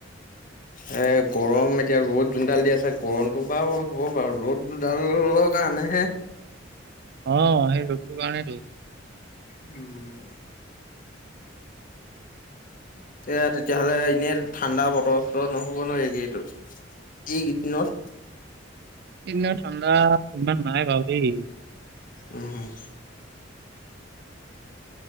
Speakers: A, on the left; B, on the right.
A: এই গৰম এতিয়া ৰ'দ জোনডাল দি আছে গৰমটো বাৰু হ'ব বাৰু ৰ'দ জোনডালত- কাৰণেহে
B: অ সেই ৰদ কাৰণেহে টো
A: উম- এয়া তেতিয়াহ'লে এনেই ঠাণ্ডা বতৰ চতৰ নহ'ব নোৱাৰি এইৰিয়াটো যি কিদিনত।
B: সেইদিনত ঠাণ্ডা ইমান নাই বাৰু দেই।
A: উম।